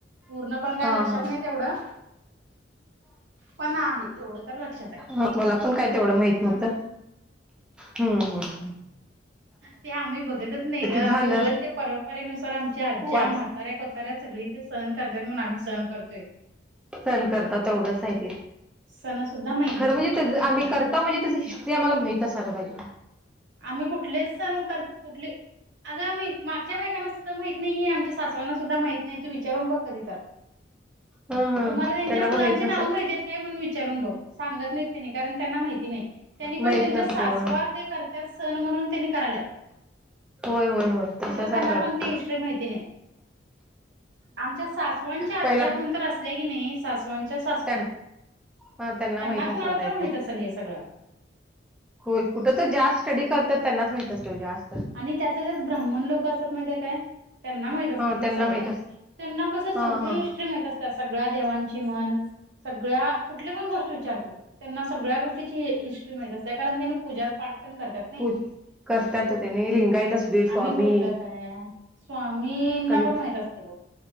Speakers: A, on the right; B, in the centre.
A: पूर्ण पण काय
B: हा
A: लक्षात
B: हा ह
A: नाय तेवढं. पण आहे एवढं तर लक्षात आहे
B: ह मला पण काय तेवढं माईत
A: हा.
B: नव्हतं, हम्म हम्म हम्.
A: ते आम्ही बघतच नई ग
B: झालं
A: आम्ही उगंच त्या परंपरेनुसार आमच्या आज्ज्या
B: वाच
A: म्हाताऱ्या कोतऱ्या सगळी ते सण करत्यात म्हण आम्ही सण करतोय.
B: सण करता तेवढंचाय ते.
A: सणं सुद्धा मा
B: खरं म्हजे त्याचं आम्ही करता म्हजे त्याची हिस्ट्री आम्हाला माहित असायला पाईजे.
A: आम्ही कुठलेच सण करता कुठली. अगं आम्ही मागच्या बायकांना सुद्धा माहीत नाई ही आमच्या सासवांना सुद्धा माहित नाही तू विचारून बघ कधी तर.
B: हं हं
A: तुम्हाला त्यांच्या
B: त्यांना
A: मुलांची
B: पण माहित नस
A: नावं माईतीयत् काय म्हण विचारून बघ सांगत नई त्यांनी कारण त्यांना माईती नाई त्यांनी पण
B: माहित
A: त्यांच्या
B: नसते
A: सासवा
B: व
A: ते कर त्या सण म्हणून त्यानी कराल्या
B: होय होय होय तसंच
A: नाई तर त्यांना
B: आहे सोडा
A: पण ती हिस्ट्री माईती नाई. आमच्या सासवांच्या आज्ज्या
B: पहिला
A: कोण तर असल्या की नई सासवांच्या सासवा.
B: त्यां हा
A: त्यांना
B: माहित
A: कोणाला
B: असेल काही
A: तर माहित असंल हे सगळं.
B: होय कुठं त जास्त स्टडी करतात त्यांनाच माहित असते जास्त.
A: आणि त्यातले त्यात ब्राह्मण लोक असतात माहिताय काय त्यांना माहित असत
B: हा
A: बघ
B: त्यांना
A: सगळं,
B: माहित अस
A: त्यांना कसं
B: हा
A: सगळी
B: हा
A: हिस्ट्री माहित अस त्या सगळ्या देवांची म्हण सगळ्या, कुठली पण गोष्ट विचार तू, त्यांना सगळ्या गोष्टीची हिस्ट्री माहित असत कारण त्याण पूजा पाठ ण ते करत्यात.
B: <unintelligible> त्याने लिंगायत असू दे स्वामी
A: आम्ही कुठलं काय, स्वामींना
B: कधी
A: पण माहित असत बघ.